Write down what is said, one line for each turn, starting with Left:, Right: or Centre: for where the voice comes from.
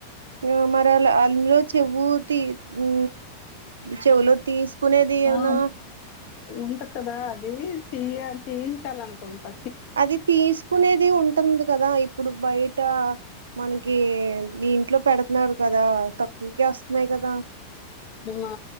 Right: ఆ మరిలా అందులో చెవుతి ఉ చెవులో తీసుకునేది ఏమన్నా
Left: ఆ ఉంటది కదా అది తీయ తీయించాల అనుకుంటా
Right: అది తీసుకునేది ఉంటుంది కదా ఇప్పుడు బయట మనకి దీంట్లో పెడుతున్నారు కదా తక్కువకే వస్తున్నాయి కదా
Left: మా